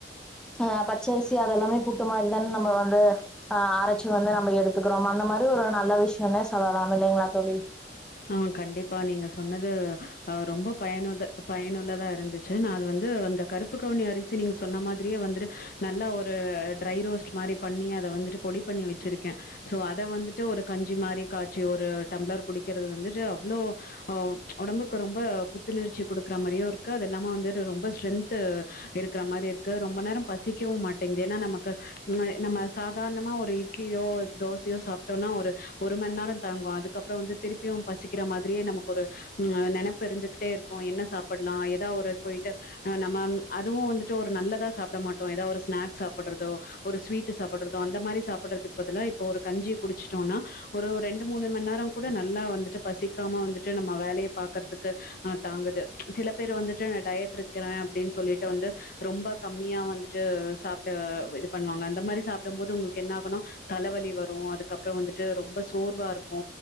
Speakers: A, in the centre; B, on the left.
A: ஹ பச்சரிசி அதெல்லாமே புட்டு மாதிரி தான நம்ம வந்துஹ் அரைி வந்து நம்ம எடுத்துக்கிறோம் அந்த மாதிரி ஒரு நல்ல விஷயம் அலாரம் இல்லைங்களா தோழி
B: ஆஹ கண்டிப்பா நீங்க சொன்னது அஹ ரொம்ப பயனுத பயனுள்ளதா இருந்துச்சு நான் அது வந்து அந்த கருப்பு கவுனி அரிசி நீங்க சொன்ன மாதிரியே வந்து நல்லா ஒரு ட்ரை ரோஸ்ட் மாதிரி பண்ணி அத வந்துட்டு பொடி பண்ணி வச்சிருக்கேன் சோ அத வந்துட்டு ஒரு கஞ்சி மாதிரி காய்ச்ச ஒரு டம்ளர் குடிக்கிறது வந்துட்டு அவ்வளோ அஹ் ஒடம்புக்கு ரொம்ப புத்துணர்ச்சி குடுக்குற மாதிரியும் இருக்கு அது இல்லாம வந்துட்டு ரொம்ப ஸ்ட்ரென்து இருக்கிற மாதிரி இருக்கு ரொம்ப நேரம் பசிக்கவும் மாட்டேங்கு நமக்கு நம்ம சாதாரணமா ஒரு இட்லியோ தோசையோ சாப்பிட்டோனா ஒரு மணி நேரம் தாங்கோம் அதுக்கப்புறம் வந்து திருப்பியும் பசிக்கிற மாதிரியே நமக்கு ஒரு நெப்பு இருந்துகிட்டே இருக்கும் என்ன சாப்பிடலாம் ஏதாவது ஒரு போயிட்டு நம்ம அதுவும் வந்துட்டு ஒரு நல்லதா சாப்பிட மாட்டோம் ஏதாவ ஒரு ஸ்நாக்ஸ் சாப்படுறதோ ஒரு ஸ்வீட சாப்பிடுறதோ அந்த மாதிரி சாப்பிடறதுக்கு பதிலா இப்ப ஒரு கஞ்சியை குடிச்சிட்டோம்னா ஒரு ரெண்டு மூணு மண் நேரம் கூட நல்லா வந்துட்டு பசிக்காம வந்துட்டு நம்ம வேலைய பாக்கறதுக்கு ஆ தாங்குது சில பேர் வந்துட்டு நா டயட் இருக்கிற அப்டின்னு சொல்லிட்டு வந்து ரொம்ப கம்மியா வந்துட்டு சாப்ட இது பண்ணுவாங்க அந்த மாரி சாப்டும் போது உங்களுக்கு என்ன ஆகுன்னா தலைவலி வரு அதுக்கப்பறோ வந்துட்டு ரொம்ப சோர்வா இருக்கு